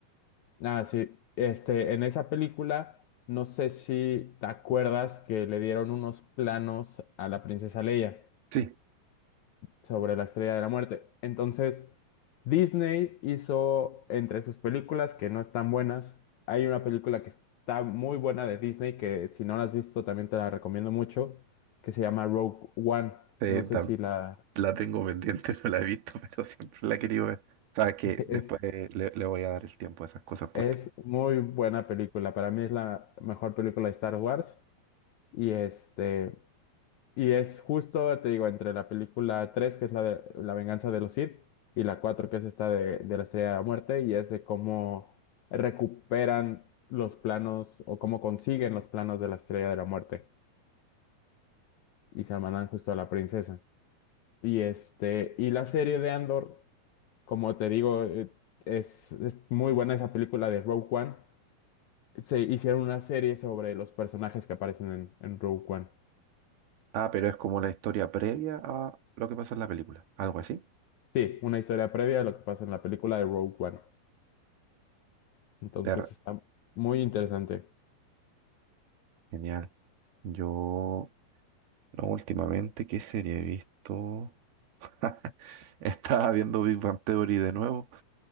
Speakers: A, on the left; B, on the right.
A: Ah, sí. Este, en esa película, no sé si te acuerdas que le dieron unos planos a la princesa Leia
B: Sí,
A: sobre la Estrella de la Muerte. Entonces, Disney hizo entre sus películas que no están buenas. Hay una película que está muy buena de Disney que si no la has visto también te la recomiendo mucho, que se llama Rogue One.
B: sí,
A: No sé si la...
B: La tengo pendiente, <laughs> no la he visto, pero siempre la he querido ver. Sabes que
A: <laughs>
B: después
A: Es,
B: eh, le, le voy a dar el tiempo a esas cosas porque...
A: es muy buena película. Para mí es la mejor película de Star Wars. Y este... Y es justo, te digo, entre la película 3 que es la de La venganza de los Sith, y la 4 que es esta de, de la Estrella de la Muerte, y es de cómo recuperan los planos o cómo consiguen los planos de la Estrella de la Muerte y se la mandan justo a la princesa. Y este, y la serie de Andor, como te digo, eh, es, es muy buena esa película de Rogue One. Se hicieron una serie sobre los personajes que aparecen en, en Rogue One.
B: Ah, pero es como la historia previa a lo que pasa en la película. Algo así.
A: Sí, una historia previa a lo que pasa en la película de Rogue One. Entonces
B: Ter-
A: está muy interesante.
B: Genial. Yo, no, últimamente, ¿qué serie he visto? <laughs> Estaba viendo Big Bang Theory de nuevo.